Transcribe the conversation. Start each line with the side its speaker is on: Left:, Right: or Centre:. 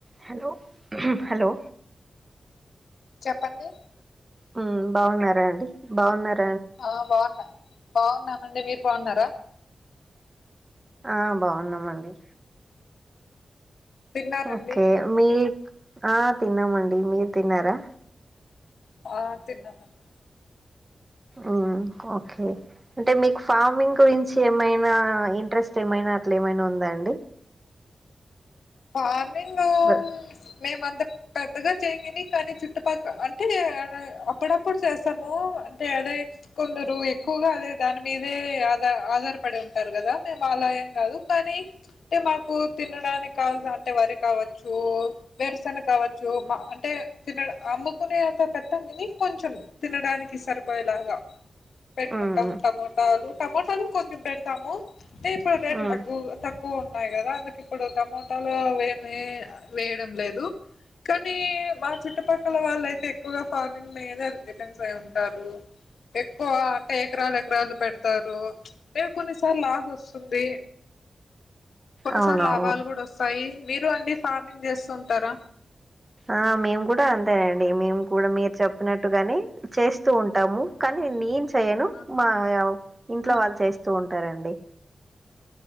Right: హలో హలో
Left: చెప్పండి
Right: మ్ బావున్నారా అండి బావున్నారు
Left: ఆ బాగున్నా బాగున్నానండి మీరు బావున్నారా
Right: ఆ బావున్నామండి
Left: తిన్నారండి
Right: ఓకే మీ ఆ తిన్నామండి మీరు తిన్నారా
Left: ఆ తిన్నామండి
Right: ఉమ్, ఓకే అంటే మీకు ఫార్మింగ్ గురించి ఏమైనా ఇంట్రెస్ట్ ఏమైనా అట్లా ఏమైనా ఉందాండి
Left: ఫార్మింగ్
Right: బ-
Left: మేము అంత పెద్దగా చేయం గానీ కాని చుట్టుపక్క అంటే అప్పుడప్పుడు చేస్తాము అంటే అదే కొందరు ఎక్కువగా అదే దాని మీదే ఆధ ఆధారపడి ఉంటారు కదా మేము మెం కాదు కానీ అంటే మాకు తినడానికి కావల్సన అంటే వరి కావచ్చు వేరుశనగ కావచ్చు మా అంటే తినడం అమ్ము కునేంత పెట్టం గని కొంచెం తినడానికి సరిపోయేలాగా పెట్టుకుంటాము
Right: ఉమ్,
Left: టమోటాలు టమోటాను కొంచెం పెడతాము అంటే ఇప్పుడు రేట్
Right: ఉమ్,
Left: తగ్గు తక్కువ ఉన్నాయి కదా అందుకు ఇప్పుడు టమోటలూ అవేమి వేయడం లేదు కానీ మా చుట్టుపక్కల వాళ్ళయితే ఎక్కువగా ఫార్మింగ్ మీద ఎటెన్స్ అయి ఉంటారు ఎక్కువ అంటే ఎకరాలు ఎకరాలు పెడతారు మేము కొన్నిసార్లు లాస్ వస్తుంది కొన్నిసార్లు
Right: అవునవును
Left: లాభాలు కూడా వస్తాయి మీరు అండి ఫార్మింగ్ చేస్తూ ఉంటారా
Right: ఆ మేము కూడా అంతేనండి మేము కూడా మీరు చెప్పినట్టుగాని చేస్తూ ఉంటాము కానీ
Left: ఆ,
Right: నేను చెయను
Left: ఆ,
Right: మా ఇంట్లో
Left: ఆ.
Right: వాళ్ళు చేస్తూ ఉంట్ ఉంటారండి